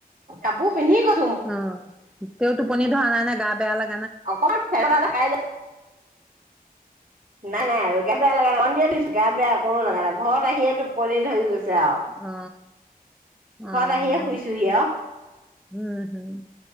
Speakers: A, on the right (about 60°); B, in the centre.
A: কাপোৰ পিন্ধি গলো?
B: অ তে টোপনি ধৰা নাই নে গা। বেয়া লাগে।
A: অ ক ফেৰা। এ নাই নাই। গে বেয়া লগা নন্দিয় ধুইছো গে বেয়া কোনো লগা নাই ঘৰত আহিয়েটো টোপনি ধৰি গৈছে? আৰু
B: অ
A: ঘৰত
B: আহ
A: আহিয়ে শুইছোহি আৰু
B: উম হম।